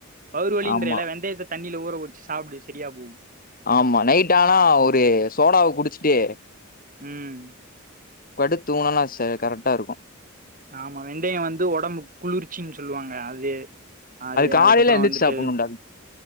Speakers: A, on the right; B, on the left.
A: வவுறுவலின்றெலே
B: ஆமா.
A: வெந்தயத்த தண்ணில ஊற வெச்சு சாப்புடு செரியா போகு
B: ஆமா நைட் ஆனா ஒரு சோடாவ குடிச்சிட்டு
A: உம்
B: படுத்தூங்னனா செய்றக் கரெக்டா இருக்கு
A: ஆமா வெந்தய வந்து ஒடம்புக் குளிர்ச்சின் சொல்லுவாங்க அது அது
B: காலையில
A: அதுக்கப்புறோ
B: எந்திரிச்சு
A: வந்துட்டு
B: சாப்பிடணும்டா.